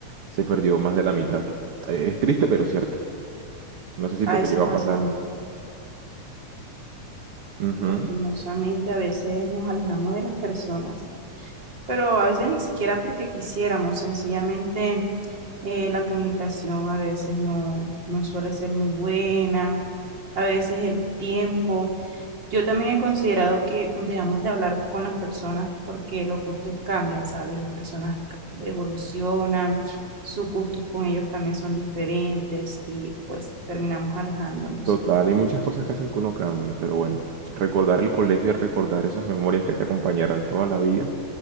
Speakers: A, on the right; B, on the right.
A: se perdió más de la mitad. Eh, Es triste, pero cierto. No sé si
B: A
A: te
B: eso
A: llegó
B: pasamos.
A: a pasar. Ujú,
B: Lastimosamente, a veces nos alejamos de las personas, pero a veces ni siquiera porque quisiéramos, sencillamente eh, la comunicación a veces no, no suele ser muy buena a veces el tiempo. Yo también he considerado que dejamos de hablar con las personas porque los gustos cambian, ¿sabes? Las personas ca- evolucionan, sus gustos con ellos también son diferentes y pues terminamos alejándonos.
A: Total, hay muchas cosas que hacen que uno cambie, pero bueno, recordar el colegio y recordar esas memorias que te acompañarán toda la vida